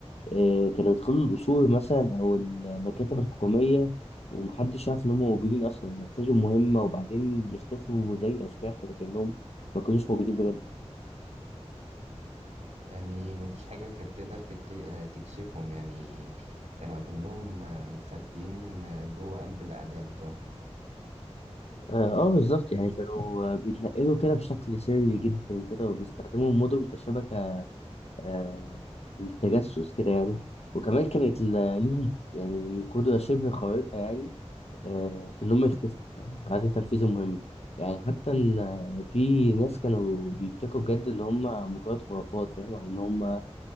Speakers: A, on the left; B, on the right.
A: آه، كانوا يدخلوا القصور مثلا أو المكاتب الحكومية ومحدش يعرف إن هم موجودين أصلا ينفذوا مهمة وبعدين يختفوا زي الأشباح كده كأنهم ما كانوش موجودين بجد
B: يعني مفيش حاجة كانت تقدر تكت- آه، تكشفهم يعني كانوا أكنهم آه، متخفين آه، جوه قلب الأعداء بتوعهم
A: اه آه، بالظبط يعني كانوا آه، بيتنقلوا كده بشكل سري جدا كده وبيستخدموا المدن كشبكة آه، للتجسس كده يعني وكمان كانت ل- ليهم يعني قدرة شبه خارقة يعني آه، في إنهم يختفوا يعني بعد تنفيذ المهمة يعني حتى إن آه، في ناس كانوا بيفتكروا بجد إن هم مجرد خرافات فاهم أو إن هم آه،